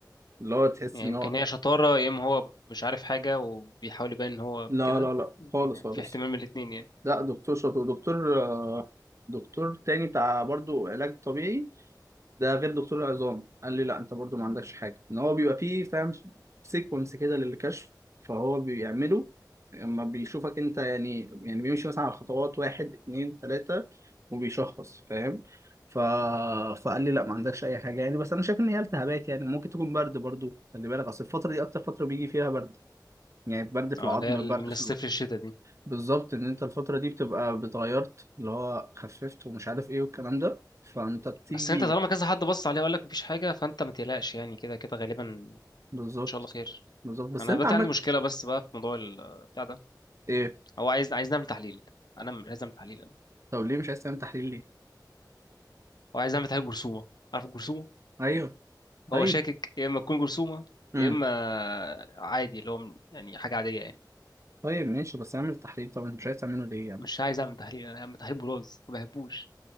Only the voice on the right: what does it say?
اللي هو تحس
ان
هو
لا
لا لا خالص خالص
لا دكتور شاطر ودكتور آه، دكتور تاني بتاع برضو علاج طبيعي ده غير دكتور العظام قال لي لا انت برضو ما عندكش حاجه ان هو بيبقى فيه فاهم سيكونس كده للكشف فهو بيعمله لما بيشوفك انت يعني يعني بيمشي مثلا على خطوات واحد اتنين تلاته وبيشخص فاهم ف... فقال لي لا ما عندكش اي حاجه يعني بس انا شايف ان هي التهابات يعني ممكن تكون برد برضو خلي بالك اصل الفتره دي اكتر فتره بيجي فيها برد يعني برد في
العظم
برد في
الوقت
بالظبط ان انت الفترة دي بتبقى بتغيرت اللي هو خففت ومش عارف ايه والكلام ده فانت بتيجي
بالظبط
بالظبط بس
انت
عمال
ايه
طب ليه مش عايز تعمل تحليل ليه
ايوه طيب
امم
طيب ماشي بس اعمل تحليل طب انت مش عايز تعمله ليه يعني